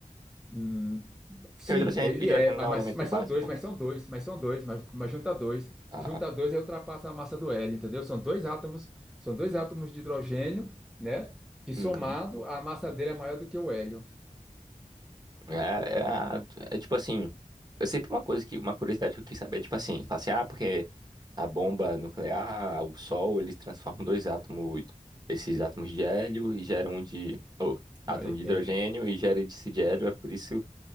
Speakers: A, in the centre; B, on the right.
A: Hum, sim,
B: Porque o hidrogênio,
A: ele
B: o hidrogênio
A: é, mas,
B: não é um elemento
A: mas
B: básico.
A: são dois, mas são dois, mas são dois, mas, mas junta dois.
B: Ah,
A: Junta dois aí ultrapassa a massa do hélio, entendeu? São dois átomos, são dois átomos de hidrogênio, né? Que somado,
B: uhum.
A: a massa dele é maior do que o hélio.
B: É, é, a- é tipo assim, eu sempre uma coisa que, uma curiosidade que eu quis saber, é tipo assim, fala assim, ah, porque a bomba nuclear, o sol, eles transformam dois átomos, esses átomos de hélio e geram um de, oh, átomo
A: Não, ele,
B: de hidrogênio
A: ele-
B: e gera esse de hélio, é por isso